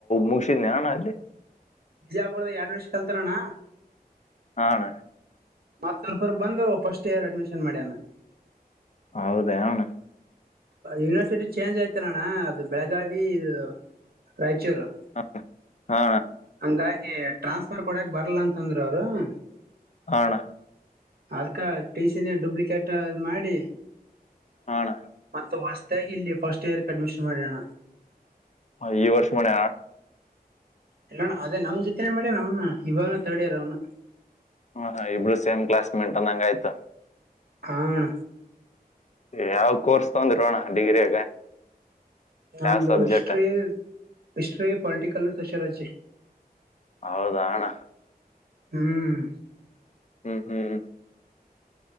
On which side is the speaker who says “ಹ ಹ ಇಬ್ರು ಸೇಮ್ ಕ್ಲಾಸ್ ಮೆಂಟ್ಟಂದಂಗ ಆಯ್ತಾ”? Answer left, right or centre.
Left